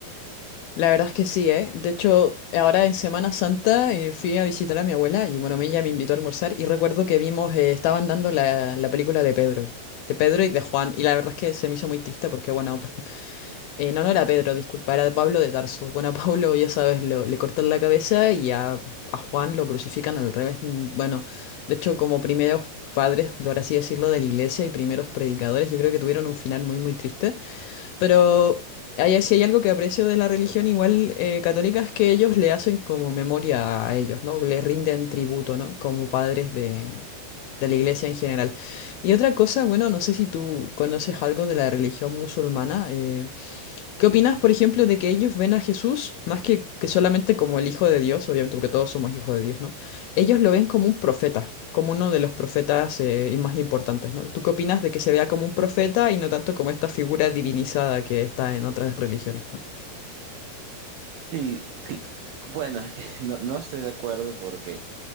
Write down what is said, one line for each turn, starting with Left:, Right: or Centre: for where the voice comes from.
Left: La verdad es que sí, ¿eh? De hecho, ahora en Semana Santa eh, fui a visitar a mi abuela y bueno, ella me invitó a almorzar y recuerdo que vimos, eh, estaban dando la, la película de Pedro, de Pedro y de Juan, y la verdad es que se me hizo muy triste porque bueno, <laughs> Eh, no, no era Pedro, disculpa, era Pablo de Tarso. Bueno, a Pablo, ya sabes, lo- le cortan la cabeza y a, a Juan lo crucifican al revés. Bueno, de hecho, como primeros padres, por así decirlo, de la iglesia y primeros predicadores, yo creo que tuvieron un final muy, muy triste. Pero hay, si hay algo que aprecio de la religión igual eh, católica es que ellos le hacen como memoria a ellos, ¿no? Le rinden tributo, ¿no? Como padres de, de la iglesia en general. Y otra cosa, bueno, no sé si tú conoces algo de la religión musulmana. eh, ¿Qué opinas, por ejemplo, de que ellos ven a Jesús más que, que solamente como el Hijo de Dios, obviamente porque todos somos hijos de Dios, ¿no? Ellos lo ven como un profeta, como uno de los profetas eh, y más importantes, ¿no? ¿Tú qué opinas de que se vea como un profeta y no tanto como esta figura divinizada que está en otras religiones, ¿no?
Right: Sí, cl- bueno, <laughs> es que no, no estoy de acuerdo porque